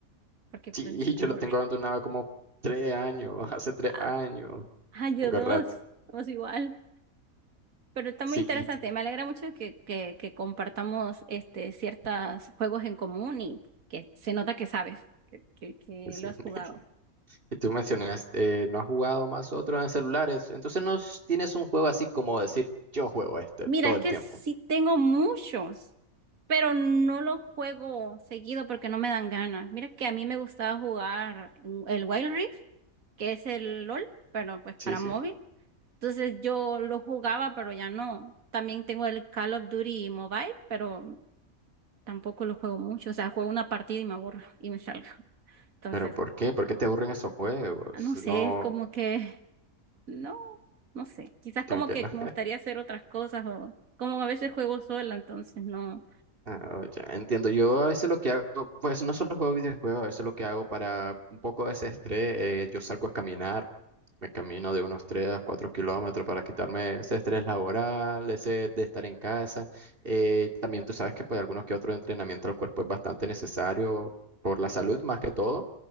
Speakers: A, on the right; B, on the right.
A: porque
B: Sí,
A: pues
B: yo
A: aburre.
B: lo tengo abandonado como tres años, <laughs> hace tres
A: <laughs>
B: años.
A: Ah, yo
B: Tengo
A: dos,
B: rato.
A: vamos igual. Pero está muy
B: Sí,
A: interesante.
B: t-
A: Me alegra mucho que, que, que compartamos este, ciertos juegos en común y que se nota que sabes, que, que, que
B: sí.
A: lo has
B: <laughs>
A: jugado.
B: Y tú mencionaste, eh, no has jugado más otro en celulares, entonces no s- tienes un juego así como decir, yo juego este
A: Mira,
B: todo
A: es
B: el
A: que
B: tiempo.
A: sí tengo muchos, pero no los juego seguido porque no me dan ganas. Mira que a mí me gustaba jugar mm, el Wild Rift, que es el LOL, pero pues para
B: Sí, sí.
A: móvil. Entonces yo lo jugaba, pero ya no. También tengo el Call of Duty Mobile, pero tampoco lo juego mucho. O sea, juego una partida y me aburro y me salgo. Entonces,
B: ¿Pero por qué? ¿Por qué te aburren esos juegos?
A: ah, no sé,
B: No,
A: es como que, <laughs> no, no sé. Quizás como
B: como que
A: que
B: no.
A: me gustaría hacer otras cosas o como a veces juego sola, entonces no,
B: Ah, oh, ya entiendo. Yo a veces lo que hago, pues no solo juego videojuegos, a veces lo que hago para un poco de ese estrés, eh, yo salgo a caminar, me camino de unos 3 a 4 kilómetros para quitarme ese estrés laboral, ese de estar en casa. Eh, también tú sabes que pues algunos que otro entrenamiento al cuerpo es bastante necesario por la salud más que todo.